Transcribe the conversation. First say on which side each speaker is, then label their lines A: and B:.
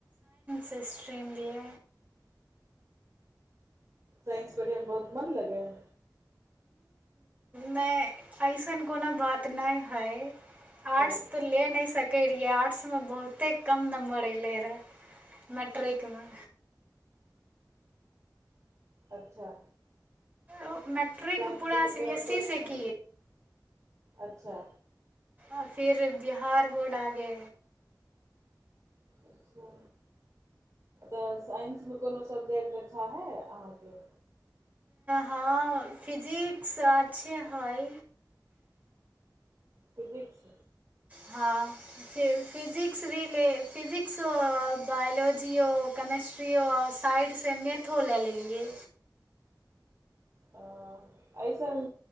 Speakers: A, on the right (about 20°); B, on the right (about 45°).
A: सेस्ट्रीम लिए
B: साइंस पढ़यमे बहुत मोन लगै हइ
A: नहि अइसन कोनो बात नहि हइ आर्ट्स
B: तब
A: तऽ ले न सकै रहिऐ आर्ट मे बहुते कम न मड़ल रह मटरकेमे
B: अच्छा
A: ओ मैट्रिक
B: साइंसमे
A: पूरा सी
B: कोनो
A: बी एस
B: सब
A: ई से क
B: अच्छा
A: आ फिर बिहार बोर्ड आगे
B: अच्छा तऽ साइंसमे कोनो सब्जेक्ट अच्छा हइ अहाँके
A: हँ फिजिक्स अच्छे हय
B: फिजिक्स
A: हँ फेर फिजिक्स भी ले फिजिक्सो बायोलॉजीओ केमेस्ट्रीओ साइंससँ मैथो लए लेलियै
B: ह अइसन